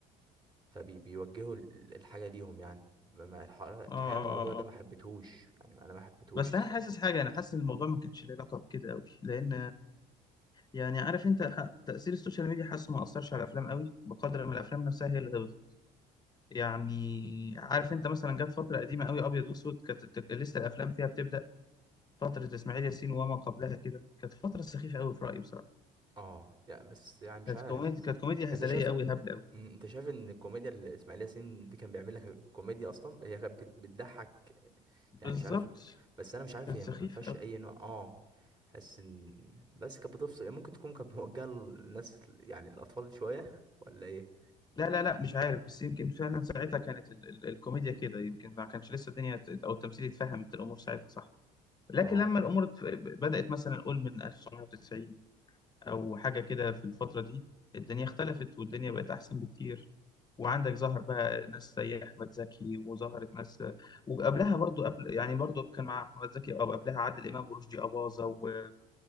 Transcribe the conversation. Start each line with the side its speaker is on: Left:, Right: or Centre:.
Right: فبيوجهوا الحاجة ليهم يعني ما- الح- الحقيقة
Left: اه اه
Right: الموضوع ده
Left: اه آه.
Right: ما حبيتهوش يعني أنا ما حبيتهوش
Left: بس
Right: الصراحة
Left: انا حاسس حاجه انا حاسس ان الموضوع ما كانش له علاقه بكده قوي لان يعني عارف انت ح- تاثير السوشيال ميديا حاسه ما اثرش على الافلام قوي بقدر ما الافلام نفسها هي اللي غلطت يعني عارف انت مثلا جت فتره قديمه قوي ابيض واسود كانت الت- لسه الافلام فيها بتبدا فتره اسماعيل ياسين وما قبلها كده كانت فتره سخيفه قوي في رايي بصراحه
Right: اه لا بس يعني مش
Left: كانت
Right: عارف
Left: كوميديا كانت كوميديا
Right: انت
Left: هزليه
Right: شايف
Left: قوي
Right: ان
Left: هبله قوي
Right: مم، انت شايف ان الكوميديا اللي اسماعيل ياسين دي كان بيعمل لك كوميديا اصلا هي كانت بت- بتضحك
Left: بالظبط
Right: يعني مش عارف بس انا مش عارف
Left: كانت
Right: هي
Left: سخيفه
Right: ما فيهاش
Left: قوي.
Right: اي نوع اه حس ان بس كانت بتفصل ممكن تكون كانت موجهه للناس يعني الاطفال شويه <laughs> ولا ايه
Left: لا لا لا مش عارف بس يمكن فعلا ساعتها كانت ال ال الكوميديا كده يمكن ما كانش لسه الدنيا ت- او التمثيل اتفهمت الامور ساعتها صح لكن
Right: اه
Left: لما الامور اتف- بدأت مثلا نقول من 1990 او حاجه كده في الفتره دي الدنيا اختلفت والدنيا بقت احسن بكتير وعندك ظهر بقى ناس زي احمد زكي وظهرت ناس وقبلها برضو قبل يعني برضو كان مع احمد زكي او قبلها عادل امام ورشدي اباظه و...